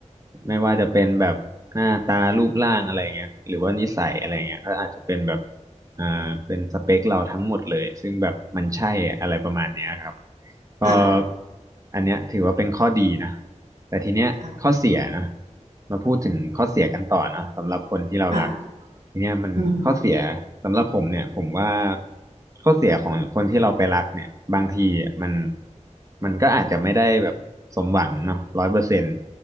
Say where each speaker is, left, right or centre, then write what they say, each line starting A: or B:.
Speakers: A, on the right; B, on the right.
A: ไม่ว่าจะเป็นแบบหน้าตารูปร่างอะไรเงี้ยหรือว่านิสัยอะไรเงี้ยก็อาจจะเป็นแบบ อ่าเป็นสเปคเราทั้งหมดเลยซึ่งแบบมันใช่อะไรประมาณเนี้ยครับก็
B: ค่ะ
A: อันเนี้ยถือว่าเป็นข้อดีนะแต่ทีเนี้ยข้อเสียนะ
B: ค่ะ
A: มาพูดถึงข้อเสียกันต่อเนอะสำหรับคนที่เรารัก
B: ค่ะ
A: ทีเนี้ยมันข้อเสียสำหรับผมเนี่ยผมว่า
B: อืม
A: ข้อเสียของคนที่เราไปรักเนี่ยบางทีมันมันก็อาจจะไม่ได้แบบสมหวังเนาะร้อยเปอร์เซ็นต์